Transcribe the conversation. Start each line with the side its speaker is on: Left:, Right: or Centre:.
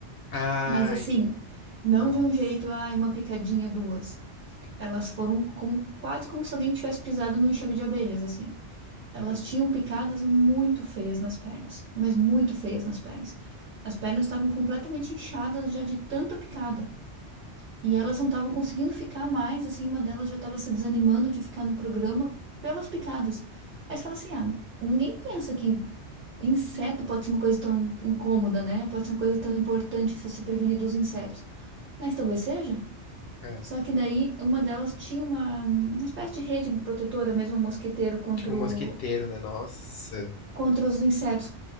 Left: Ai,
Right: Mas assim, não
Left: nossa.
Right: de um jeito, ai, uma picadinha, duas. Elas foram como, quase como se alguém tivesse pisado num enxame de abelhas, assim. Elas
Left: Uhum.
Right: tinham picadas muito feias nas pernas, mas muito feias nas pernas. As pernas estavam completamente inchadas já de tanta picada. E elas não estavam conseguindo ficar mais, assim, uma delas já estava se desanimando de ficar no programa pelas picadas. Aí você fala assim: ah, ninguém pensa que inseto pode ser uma coisa tão incômoda, né? Pode ser uma coisa tão importante se se prevenir dos insetos. Mas talvez seja.
Left: É.
Right: Só que daí uma delas tinha uma, uma espécie de rede protetora, mesmo um mosqueteiro contra
Left: Tipo, um
Right: o-
Left: mosquiteiro, né? Nossa.
Right: contra os insetos.